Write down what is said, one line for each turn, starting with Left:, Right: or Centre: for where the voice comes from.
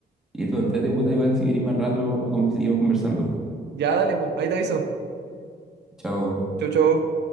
Centre: Y esto, entrete, puta, igual si queréis más rato, conver- seguimos conversando.
Right: Ya, dale, pues. Ahí te aviso.
Centre: Chao.
Right: Chau, chau.